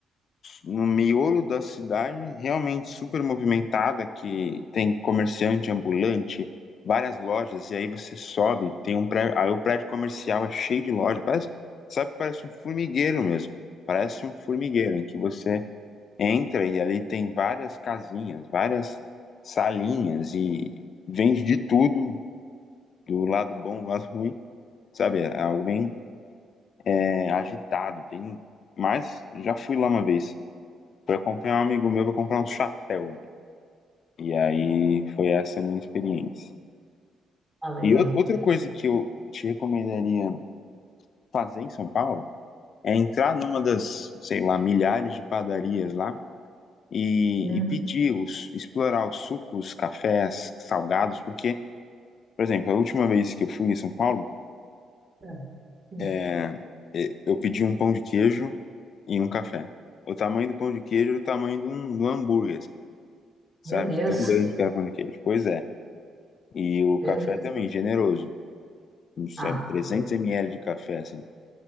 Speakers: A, on the left; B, on the right.
A: no miolo da cidade, realmente super movimentada, que tem comerciante ambulante, várias lojas, e aí você sobe, tem um prédio, aí o prédio comercial é cheio de loja, parece, sabe, parece um formigueiro mesmo, parece um formigueiro em que você entra e ali tem várias casinhas, várias salinhas e vende de tudo, do lado bom, <laughs> do lado ruim, sabe, é algo bem é, agitado, tem mas já fui lá uma vez, Fui acompanhar um amigo meu pra comprar um chapéu. né? E aí foi essa a minha experiência.
B: Ah, legal.
A: E ou- outra coisa que eu te recomendaria fazer em São Paulo é entrar numa das, sei lá, milhares de padarias lá e,
B: Hum,
A: e pedir os, explorar os sucos, cafés, salgados, porque, por exemplo, a última vez que eu fui em São Paulo,
B: tá. Sim.
A: é, é, eu pedi um pão de queijo e um café. O tamanho do pão de queijo era o tamanho de um, de um hambúrguer, assim, sabe?
B: Meu Deus,
A: De tão grande que era o pão de queijo. Pois é. E o café
B: meu Deus.
A: também, generoso. Uns
B: Ah,
A: é, 300
B: foi.
A: ml de café, assim.